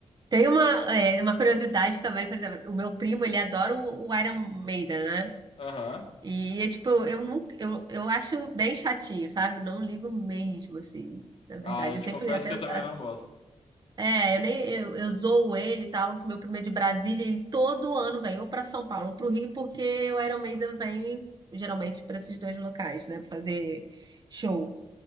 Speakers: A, on the right; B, on the left.
A: Tem uma, é, uma curiosidade também, por exemplo, o meu primo, ele adora o, o Iron Maiden, né?
B: Aham.
A: E é tipo, eu não, eu, eu acho bem chatinho, sabe? Não ligo mesmo, assim. Na verdade,
B: Ah, eu
A: eu
B: te
A: sempre
B: confesso
A: até,
B: que eu também
A: a-
B: não gosto.
A: é, eu nem eu, eu zoo ele e tal, que meu primeiro é de Brasília, ele todo ano vem ou pra São Paulo ou pro Rio, porque o Iron Maiden vem geralmente pra esses dois locais, né, pra fazer show.